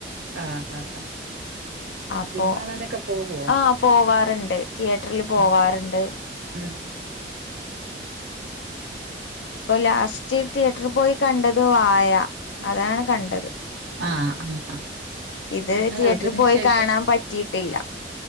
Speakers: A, on the right (about 80°); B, on the left (about 85°).
A: ആ ആ ആ
B: അപ്പൊ
A: സിനിമാ കാണാനൊക്കെ പോകുവോ
B: ആ പോവാറ്ണ്ട് തിയേറ്ററിൽ പോവാറ്ണ്ട്.
A: ഉം ഉം.
B: ഇപ്പൊ ലാസ്റ്റ് തിയേറ്ററി പോയി കണ്ടത് വായ അതാണ് കണ്ടത്.
A: ആആ ആ
B: ഇത്
A: ഞങ്ങൾ
B: തിയേറ്ററി
A: അതിന്
B: പോയി
A: ശേഷം
B: കാണാൻ പറ്റീട്ടില്ല.